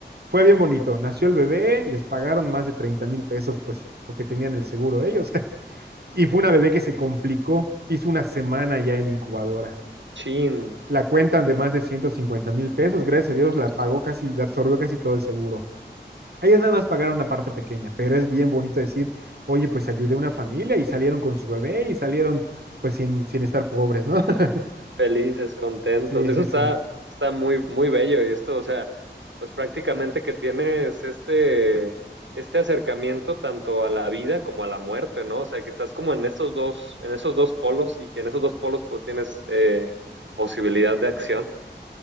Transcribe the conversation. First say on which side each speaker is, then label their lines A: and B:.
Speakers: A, on the right; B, on the right.
A: Fue bien bonito. Nació el bebé, les pagaron más de treinta mil pesos, pues porque tenían el seguro ellos. Y fue una bebé que se complicó, hizo una semana ya en incubadora.
B: Chin.
A: La cuenta de más de ciento cincuenta mil pesos, gracias a Dios, la pagó casi, la absorbió casi todo el seguro. Ellas nada más pagaron una parte pequeña, pero es bien bonito decir, oye, pues ayudé a una familia y salieron con su bebé y salieron pues sin, sin estar pobres, ¿no? <laughs>
B: felices, contentos.
A: Sí,
B: Eso
A: sí,
B: está,
A: sí.
B: está muy, muy bello. Y esto, o sea, pues prácticamente que tienes este, este acercamiento tanto a la vida como a la muerte, ¿no? O sea, que estás como en esos dos, en esos dos polos y que en esos dos polos pues tienes eh, posibilidad de acción.